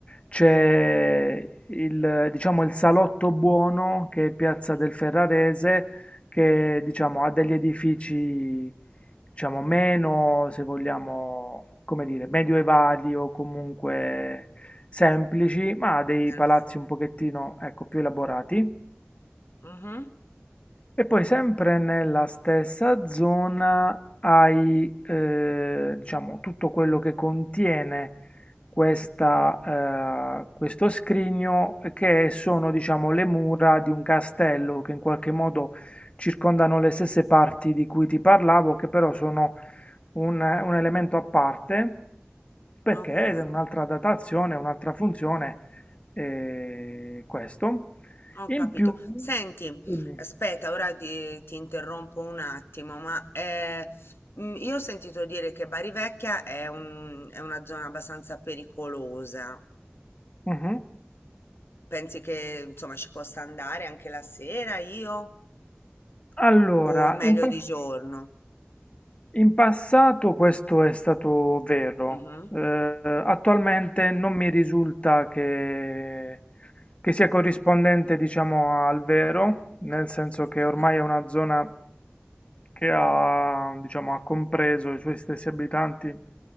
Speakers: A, on the left; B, on the left.
A: c'è il, diciamo, il Salotto Buono, che è Piazza
B: Mm.
A: del Ferrarese, che, diciamo, ha degli edifici diciamo, meno, se vogliamo, come dire, medioevali o comunque semplici, ma dei
B: Bello.
A: palazzi un pochettino, ecco, più elaborati.
B: Mhm.
A: E poi sempre nella stessa zona hai, eh, diciamo, tutto quello che contiene questa, eh, questo scrigno che sono, diciamo, le mura di un castello che in qualche modo circondano le stesse parti di cui ti parlavo, che però sono un, un elemento a parte perché
B: Ok.
A: è un'altra datazione, un'altra funzione, eh, questo.
B: Ho
A: In
B: capito.
A: più,
B: Senti,
A: dimmi.
B: aspetta, ora ti, ti interrompo un attimo, ma eh, mm, io ho sentito dire che Bari Vecchia è un- è una zona abbastanza pericolosa.
A: Mh-mh.
B: Pensi che insomma ci possa andare anche la sera io?
A: Allora,
B: O è meglio
A: in pass
B: di giorno?
A: in passato questo è stato vero.
B: Mhm,
A: Ehm, attualmente non mi risulta che che sia corrispondente, diciamo, al vero, nel senso
B: Ok.
A: che ormai è una zona che ha, diciamo, ha compreso, i suoi stessi abitanti